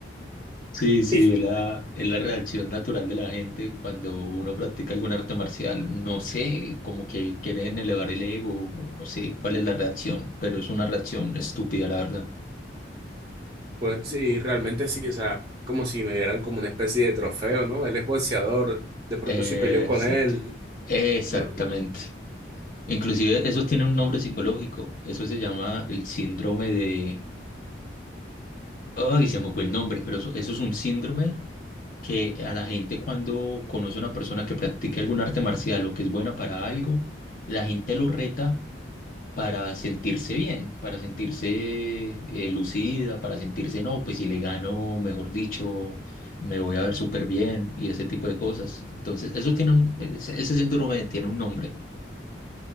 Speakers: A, on the left (about 45°); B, on the right (about 20°).
A: Sí,
B: <laughs>
A: sí, es la, es la reacción natural de la gente cuando uno practica algún arte marcial. No sé, como que quieren elevar el ego, o no sé cuál es la reacción, pero es una reacción estúpida, la verdad.
B: Pues sí, realmente sí, o sea, como si me vieran como una especie de trofeo, ¿no? Él es boxeador, de pronto
A: Exacto.
B: si peleó con él,
A: Exactamente.
B: no,
A: Inclusive eso tiene un nombre psicológico. Eso se llama el síndrome de... Ay, se me fue el nombre, pero eso, eso es un síndrome que a la gente cuando conoce a una persona que practica algún arte marcial o que es buena para algo, la gente lo reta para sentirse bien, para sentirse eh, lucida, para sentirse, no, pues si le gano, mejor dicho, me voy a ver súper bien y ese tipo de cosas. Entonces, eso tiene un, ese, ese síndrome tiene un nombre.